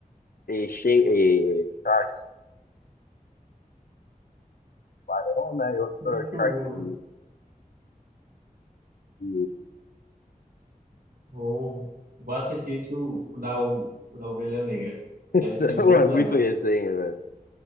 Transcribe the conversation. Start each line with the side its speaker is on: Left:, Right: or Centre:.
Left: e, She e Shark, tubarão, né? E outro
Right: Muito
Left: é Sharknado.
Right: bom, viu?
Left: E...
Right: Vou, vou assistir esse, o, o da, o da Ovelha Negra.
Left: <laughs> Isso
Right: Deve ser
Left: é
Right: muito
Left: muito
Right: legal.
Left: resenha, velho.